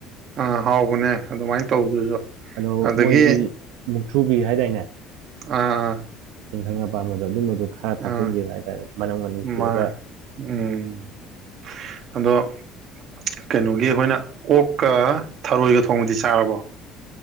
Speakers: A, on the right; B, on the right.
A: ꯑꯥ ꯍꯥꯎꯕꯅꯦ ꯑꯗꯨꯃꯥꯏꯅ ꯇꯧꯕꯗꯨꯁꯨ
B: ꯑꯗꯣ
A: ꯑꯗꯒꯤ
B: ꯃꯣꯏꯒꯤ ꯃꯨꯛꯊꯨꯕꯤ ꯍꯥꯏꯗꯥꯏꯅꯦ
A: ꯑ ꯑ
B: ꯏꯪꯈꯪ ꯑꯄꯥꯝꯕꯗꯣ ꯑꯗꯨꯝꯕꯗꯨꯣ ꯈꯔ ꯊꯥꯛꯆꯤꯟꯈꯤꯕ
A: ꯑꯥ
B: ꯍꯥꯏꯇꯥꯔꯦ ꯃꯅꯨꯡꯅꯝ ꯃꯅꯨꯡ ꯁꯤꯔꯒ
A: ꯃꯥ ꯎꯝ ꯑꯗꯣ ꯀꯩꯅꯣꯒꯤ ꯑꯩꯈꯣꯏꯅ ꯑꯣꯛꯀ ꯊꯔꯣꯏꯒ ꯊꯣꯡꯕꯗꯤ ꯆꯥꯔꯕꯣ